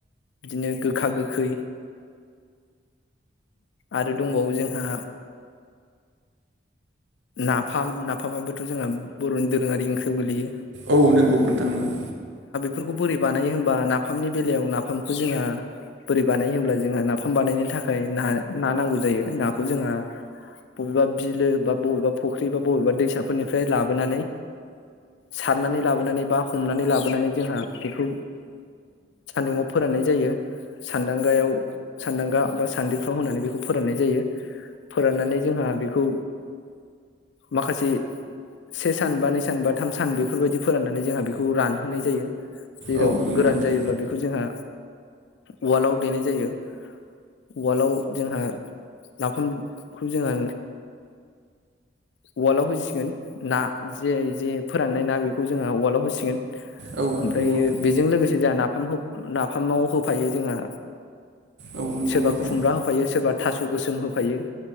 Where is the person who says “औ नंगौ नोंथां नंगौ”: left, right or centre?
Right